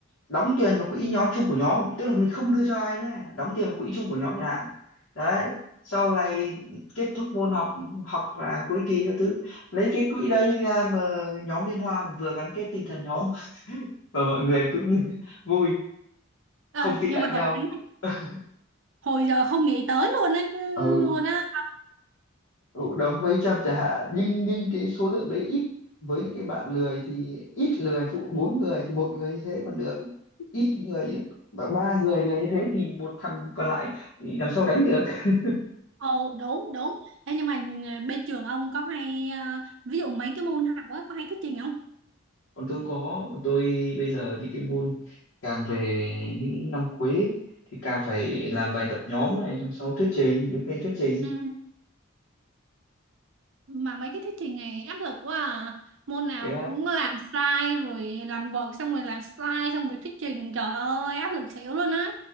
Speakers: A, on the left; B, on the right.
A: đóng tiền vào quỹ nhóm chung của nhóm tức là mình không đưa cho ai nhé, đóng tiền vào quỹ chung của nhóm chẳng hạn đấy sau này kết thúc môn học hoặc là cuối kỳ các thứ lấy cái quỹ đấy ra mà nhóm liên hoan vừa gắn kết tinh thần nhóm <laughs> và mọi người cũng <laughs> vui
B: ờ,
A: không tị
B: nhưng
A: lạnh
B: mà hợp
A: nhau
B: lý
A: <laughs>
B: hồi giờ không nghĩ tới luôn á
A: ừ
B: luôn á
A: Ừ, đóng mấy trăm chả hạn nhưng nhưng cái số lượng đấy ít với những cái bạn lười thì ít lười phụ bốn người thì một người như thế còn được ít người và ba người lười như thế thì một thằng còn lại thì làm sao gánh được <laughs>
B: Ồ đúng đúng. Ê, nhưng mà ờ, bên trường ông có hay ờ, ví dụ mấy cái môn học á có hay thuyết trình không?
A: còn tôi có tôi bây giờ những cái môn càng về những năm cuối ấy, thì càng phải làm bài tập nhóm này xong sau thuyết trình đứng lên thuyết trình
B: Ừ. Mà mấy cái thuyết trình này áp lực quá à. Môn nào
A: thế á
B: cũng làm slide rồi làm vợt xong rồi làm slide xong rồi thuyết trình. Trời ơi áp lực xỉu luôn á.